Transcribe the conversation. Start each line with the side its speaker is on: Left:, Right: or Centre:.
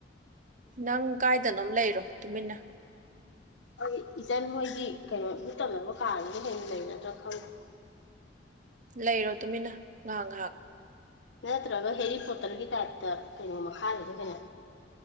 Right: ꯅꯪ ꯀꯥꯏꯗꯅꯣꯝ ꯂꯩꯔꯣ ꯇꯨꯃꯤꯟꯅ
Left: ꯑꯩ ꯏꯆꯟ ꯍꯣꯏꯒꯤ ꯀꯩꯅꯣ ‌ꯚꯨꯠ ꯇꯝꯅꯕ ꯀꯥꯗꯨꯗ ꯍꯦꯟꯅ ꯂꯩꯔꯗ꯭ꯔꯥ ꯈꯪꯗꯦ
Right: ꯂꯩꯔꯣ ꯇꯨꯃꯤꯟꯅ ꯉꯍꯥꯛ ꯉꯍꯥꯛ
Left: ꯅꯠꯇ꯭ꯔꯒ ꯍꯦꯔꯤ ꯄꯣꯇꯔꯒꯤ ꯇꯥꯏꯞꯇ ꯀꯩꯅꯣ ꯃꯈꯥꯗꯨꯗ ꯍꯣꯏꯅ